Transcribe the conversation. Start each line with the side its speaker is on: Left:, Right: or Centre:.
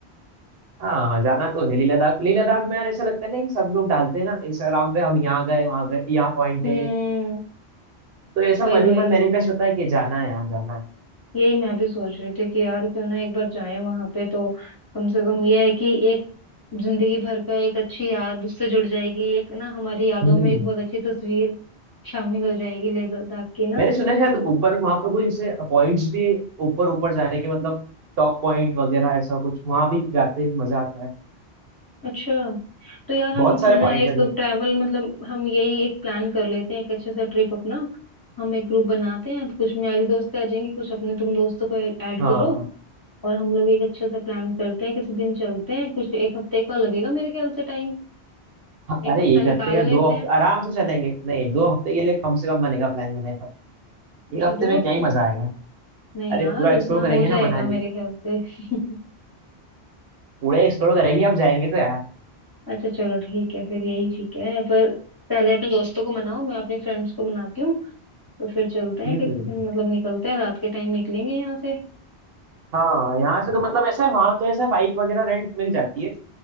Right: हाँ हाँ, जाना तो है लेह लद्दाख लेह लद्दाख में यार ऐसा लगता है ना कि सब लोग डालते हैं ना इंस्टाग्राम पे हम यहाँ गए वहाँ गए यहाँ पॉइंट
Left: हम्म
Right: है तो ऐसा
Left: वही
Right: मन
Left: वही
Right: ही मन मैनिफेस्ट होता है कि जाना है यार जाना है
Left: यही मैं भी सोच रही थी कि यार क्यों ना एक बार जाएं वहां पे तो कम से कम ये है कि एक जिंदगी भर का एक अच्छी याद उससे जुड़ जाएगी एक ना हमारी यादों
Right: हम्म
Left: में एक बहुत अच्छी तस्वीर शामिल हो जाएगी लेह लद्दाख की ना
Right: मैंने सुना है शायद ऊपर वहाँ पर कुछ जैसे पॉइंट्स भी है, ऊपर ऊपर जाने के मतलब टॉप पॉइंट वगैरह ऐसा कुछ वहाँ भी जाते हैं मजा आता है
Left: अच्छा तो यार हम
Right: बहुत सारे
Left: क्यों ना
Right: पॉइंट
Left: एक
Right: है उधर।
Left: ट्रैवल मतलब हम यही एक प्लान कर लेते हैं एक अच्छे सा ट्रिप अपना हम एक ग्रुप बनाते हैं कुछ मेरी दोस्तें आ जाएंगी कुछ अपने तुम दोस्तों को ऐड
Right: हाँ
Left: करो और हम लोग एक अच्छा सा प्लान करते हैं किसी दिन चलते हैं कुछ एक हफ्ते का लगेगा मेरे ख्याल से टाइम
Right: हाँ,
Left: एक
Right: अरे
Left: हफ्ता
Right: एक
Left: निकाल
Right: हफ्ते या दो
Left: लेते
Right: हफ्ते
Left: हैं
Right: आराम से चलेंगे नहीं दो हफ्ते के लिए कम से कम बनेगा प्लान बनेगा
Left: अच्छा
Right: एक हफ्ते
Left: दो
Right: में
Left: हफ्ते
Right: क्या ही मजा आएगा
Left: नहीं
Right: अरे
Left: यार
Right: पूरा एक्सप्लोर
Left: उतना
Right: करेंगे
Left: हो जाएगा
Right: ना मनाली
Left: मेरे ख्याल से <laughs>
Right: पूरा एक्सप्लोर करेंगे अब जाएंगे तो यार
Left: अच्छा चलो ठीक है फिर यही ठीक है पर पहले अपने दोस्तों को मनाओ मैं अपने फ्रेंड्स को मनाती हूँ तो फिर चलते हैं
Right: हम्म
Left: किसी दिन मतलब निकलते हैं रात के टाइम निकलेंगे यहाँ से
Right: हाँ यहाँ से तो मतलब ऐसा है वहां तो ऐसा है बाइक वगैरह रेंट मिल जाती है